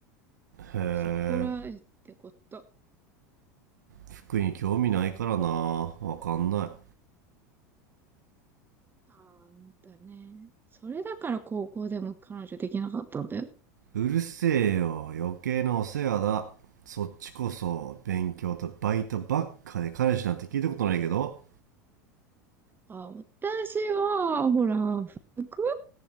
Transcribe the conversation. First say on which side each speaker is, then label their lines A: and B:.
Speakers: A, on the right (about 85°); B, on the right (about 20°).
A: え
B: そこらへんってこと。
A: 服に興味ないからなわかんな
B: あんだね。それだから高校でも彼女できなかったんだよ。
A: いうるせえよ余計なお世話だそっちこそ勉強とバイトばっかで彼氏なんて聞いたことないけど
B: あ、私は、ほら、福